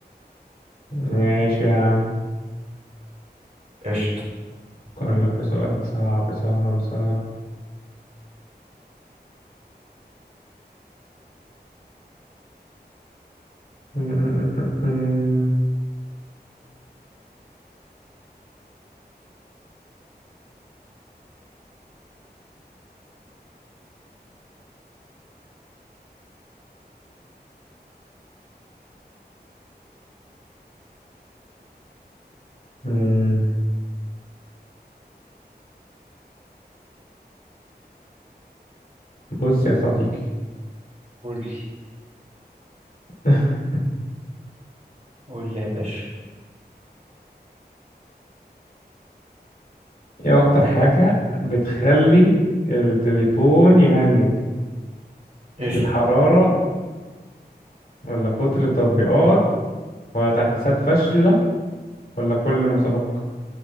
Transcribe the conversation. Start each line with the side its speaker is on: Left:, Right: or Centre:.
Left: ماشي يا عم
Right: قشطة
Left: أفكر لك في سؤال صعب صعب صعب مم، مم، مم، مم. مم. بص يا صديقي
Right: قول لي
Left: <laughs>
Right: قول لي يا باشا
Left: إيه أكتر حاجة بتخلي التليفون يهنج
Right: قشطة
Left: الحرارة ولا كتر التطبيقات ولا تحديثات فاشلة ولا كل مسابقة